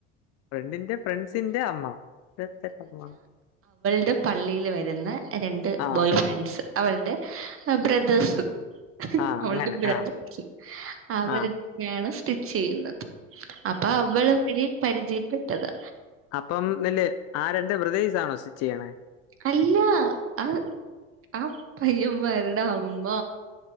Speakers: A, on the left; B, on the right.
A: ഫ്രണ്ടിന്റെ ഫ്രണ്ട്സിന്റെ അമ്മ <inaudible> അമ്മ
B: ടെ പള്ളില് വരുന്ന രണ്ട്
A: ആഹ്
B: ബോയ് ഫ്രണ്ട്സ് അവൾടെ ബ്രദേഴ്സ്
A: ആഹ്
B: അവൾടെ
A: അങ്ങനെ
B: ബ്രദേഴ്‌സ്
A: ആഹ്
B: അവരെടക്കെയാണ്
A: ആഹ്
B: സ്റ്റിച്ച് ചെയ്യുന്നത് അപ്പാ അവള് വഴി പരിചയപ്പെട്ടതാ
A: അപ്പം ന്നില് ആ രണ്ട് ബ്രദേസാണോ സ്റ്റിച്ച് ചെയ്യണേ
B: അല്ല ആഹ് ആ പയ്യന്മാരുടെ അമ്മ